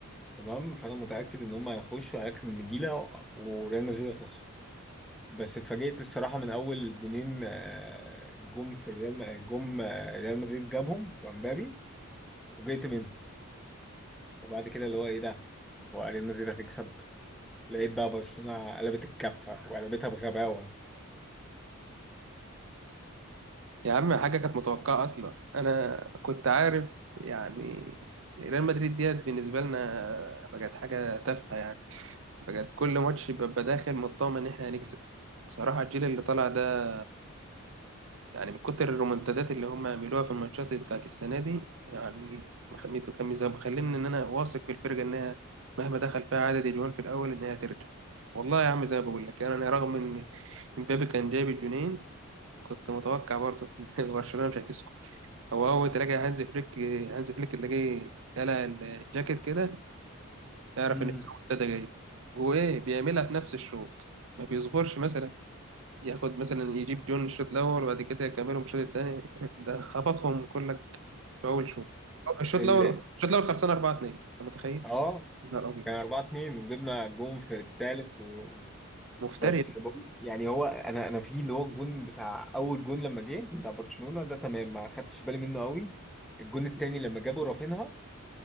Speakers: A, in the centre; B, on the right.
A: تمام فأنا متأكد إن هما هيخشوا هياكلوا النجيلة وريال مدريد هتخسر بس اتفاجئت الصراحة من أول جونين آه، جم في ريال جم آه، ريال مدريد جابهم بتوع مبابي وجيت منهم وبعد كده اللي هو ايه ده هو ريال مدريد هتكسب لقيت بقى برشلونة قلبت الكفة وقلبتها بغباوة
B: يا عم حاجة كانت متوقعة اصلا انا كنت عارف يعني ريال مدريد ديت بالنسبة لنا بقت حاجة تافهة يعني بقت كل ماتش ببقى داخل مطمن ان احنا هنكسب بصراحة الجيل اللي طالع ده يعني من كتر الرومنتادات اللي هم عملوها في الماتشات بتاعت السنة دي يعني مخميت وخميس مخليني إن أنا واثق في الفرقة إنها مهما دخل فيها عدد الجوان في الأول إنها ترجع والله يا عم زي ما بقول لك يعني أنا رغم إن إمبابي كان جايب الجونين كنت متوقع برضه <laughs> إن برشلونة مش هتسكت هو أول تلاقي هانز فليك هانز فليك تلاقيه قلع الجاكيت كده يعرف
A: امم
B: إن الرومنتادا جاية وإيه بيعملها في نفس الشوط ما بيصبرش مثلا ياخد مثلا يجيب جون الشوط الاول وبعد كده يكملهم الشوط الثاني <laughs> ده خبطهم كلك في اول شوط الشوط
A: ال...
B: الاول الشوط الاول خلصان 4 2 انت متخيل؟
A: اه
B: يا نهار ابيض
A: كان 4 2 وجبنا جون في الثالث و...
B: مفتري
A: بس بقول- يعني هو انا انا في اللي هو الجون بتاع اول جون لما جه بتاع برشلونة ده تمام ما خدتش بالي منه قوي الجون الثاني لما جابوا رافينها